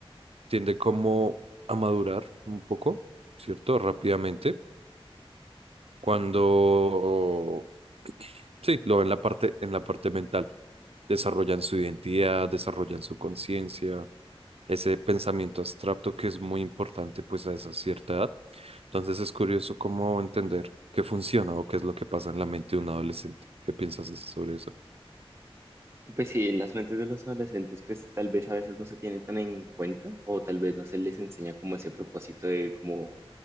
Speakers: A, on the right (about 75°); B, on the right (about 25°).
A: tiende como a madurar un poco, ¿cierto? Rápidamente, cuando, sí, lo ven la parte, en la parte mental. Desarrollan su identidad, desarrollan su conciencia, ese pensamiento abstracto que es muy importante pues a esa cierta edad. Entonces es curioso cómo entender qué funciona o qué es lo que pasa en la mente de un adolescente. ¿Qué piensas de- sobre eso?
B: Pues sí, en las mentes de los adolescentes, pues tal vez a veces no se tienen tan en cuenta o tal vez no se les enseña como ese propósito de como